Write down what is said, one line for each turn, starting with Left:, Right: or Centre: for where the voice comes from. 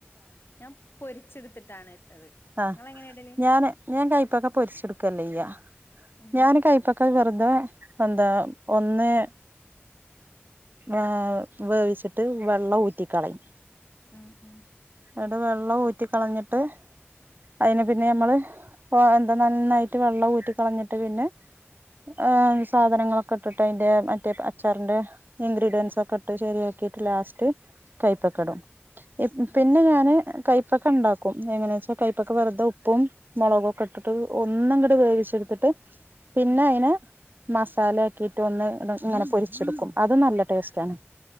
Left: ഞാൻ പൊരിച്ചെടുത്തിട്ടാണ് ഇട്ടത്
Right: ആഹ
Left: ഇങ്ങളെങ്ങനെ ഇടല്
Right: ഞാന് ഞാൻ കയ്പ്പക്കെ പൊരിച്ചെടുക്കല്ലേ അയ്യ
Left: ഉം
Right: ഞാന് കയ്പ്പക്ക ഒക്കെ വെറുത എന്താ ഒന്ന് ഏ വേവിച്ചിട്ട് വെള്ളം ഊറ്റിക്കളയും
Left: മ് മ്
Right: ന്ന്ട്ട് വെള്ളം ഊറ്റി കളഞ്ഞിട്ട് അയിന്
Left: ഉം
Right: പിന്നെ ഞമ്മള് പ്പോ എന്താ നന്നായ്റ്റ് വെള്ളം ഊറ്റി കളഞ്ട്ട് പിന്നെ ഏ സാധനങ്ങളൊക്കെ ഇട്ട്ട്ട് അയ്ന്റെ മറ്റേ അച്ചാറിന്റെ ഇൻഗ്രീഡിയൻസൊക്കെട്ട് ശെരിയാക്കീറ്റ് ലാസ്റ്റ് കൈപ്പക്കടും
Left: ഉം
Right: ഇപ്
Left: ഏഹ്
Right: പിന്നെ ഞാന് കൈപ് പ്പക്കണ്ടാക്കും എങ്ങനേച്ചാ കൈപ്പക്ക വെർതെ ഉപ്പും മൊളകൊക്കെട്ട്ട്ട് ഒന്നും ങ്ങട്ട് വേവിച്ചെട്ത്ത്ട്ട് പിന്നയ്നെ
Left: ഉം
Right: മസാല ആക്കിറ്റ് ഒന്ന് ഇങ്ങനെ പൊരിച്ചെട്ക്കും അതും നല്ല ടേസ്റ്റാണ്.